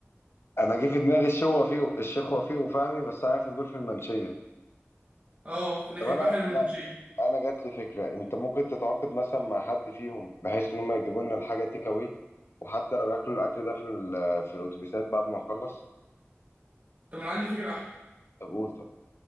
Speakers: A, on the left; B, on the right.
A: انا جه في دماغي الشيخ وفيق الشيخ وفيق وفهمي بس عارف ان دول في المنشية
B: اه في ناحية
A: طب انا
B: بحري والمنشية
A: انا جات لي فكره انت ممكن تتعاقد مثلا مع حد فيهم بحيث ان هم يجيبوا لنا الحاجه تيك اواي وحتى لو ياكلوا الاكل ده في ال- في الاتوبيسات بعد ما اخلص
B: طب ما انا عندي فكرة احلى
A: طب قول طب